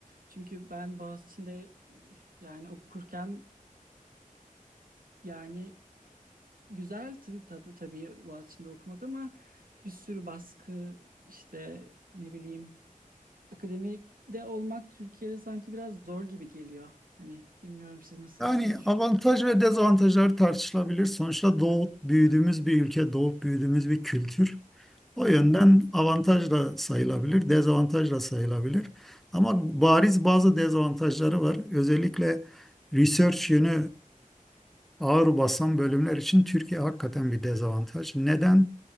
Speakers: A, on the right; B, in the centre.
A: Çünkü ben Boğaziçi'nde yani okurken yani güzeldi tabii tabii Boğaziçi'nde okumak ama bir sürü baskı işte ne bileyim akademide olmak Türkiye'de sanki biraz zor gibi geliyor. Hani bilmiyorum siz nasıl
B: Yani
A: ne
B: avantaj ve dezavantajlar tartışılabilir. Sonuçta doğup büyüdüğümüz bir ülke, doğup büyüdüğümüz bir kültür. O yönden avantaj da sayılabilir, dezavantaj da sayılabilir. Ama bariz bazı dezavantajları var. Özellikle research yönü e, ağır basan bölümler için Türkiye hakikaten bir dezavantaj. Neden?